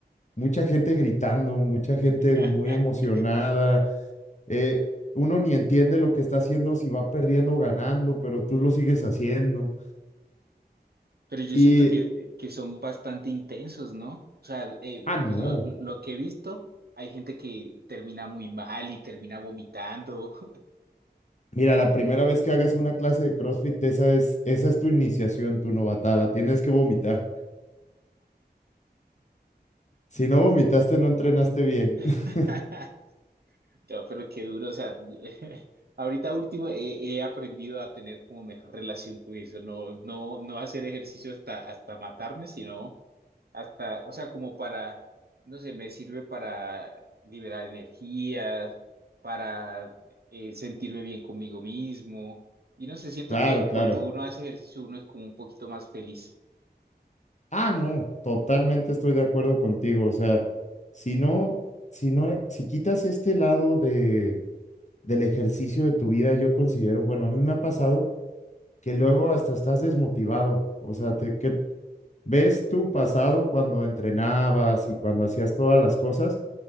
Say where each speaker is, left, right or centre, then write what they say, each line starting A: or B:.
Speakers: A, on the left (about 45°); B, on the right (about 65°).
A: Mucha gente gritando, mucha gente
B: <laughs>
A: muy emocionada. eh, uno ni entiende lo que está haciendo, si va perdiendo o ganando, pero tú lo sigues haciendo.
B: Pero yo
A: Y,
B: siento que, eh, que son bastante intensos, ¿no? O sea, eh,
A: ah, no.
B: pues lo, lo que he visto, hay gente que termina muy mal y termina vomitando.
A: Mira, la primera vez que hagas una clase de CrossFit, esa es, esa es tu iniciación, tu novatada. Tienes que vomitar. Si no vomitaste, no entrenaste bien. <laughs>
B: <laughs> No, pero qué duro, o sea, <laughs> ahorita último he, he aprendido a tener como mejor relación con eso, no, no, no hacer ejercicio hasta, hasta matarme, sino hasta, o sea, como para, no sé, me sirve para liberar energía, para eh, sentirme bien conmigo mismo, y no sé, siento
A: Claro,
B: que
A: claro.
B: cuando uno hace ejercicio uno es como un poquito más feliz.
A: Ah, no, totalmente estoy de acuerdo contigo. O sea, si no, si no, si quitas este lado de, del ejercicio de tu vida, yo considero, bueno, a mí me ha pasado que luego hasta estás desmotivado. O sea, te, que ves tu pasado cuando entrenabas y cuando hacías todas las cosas,